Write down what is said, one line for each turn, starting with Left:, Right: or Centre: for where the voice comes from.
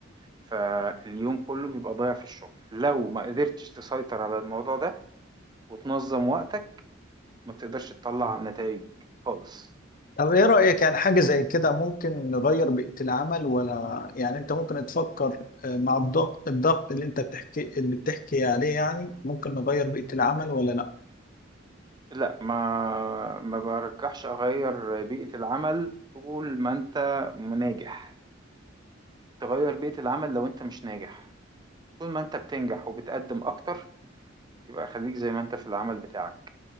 Right: فاليوم كله بيبقى ضايع في الشغل لو ما قدرتش تسيطر على الموضوع ده وتنظم وقتك ما بتقدرش تطلع نتائج خالص
Left: طب ايه رأيك يعني حاجة زي كده ممكن نغير بيئة العمل ولا يعني انت ممكن تفكر آه، مع الضغط الضغط اللي انت بتحكي اللي بتحكي عليه يعني ممكن نغير بيئة العمل ولا لا
Right: لا ما ما برجحش اغير بيئة العمل طول ما انت ناجح تغير بيئة العمل لو انت مش ناجح طول ما انت بتنجح وبتقدم اكتر يبقى خليك زي ما انت في العمل بتاعك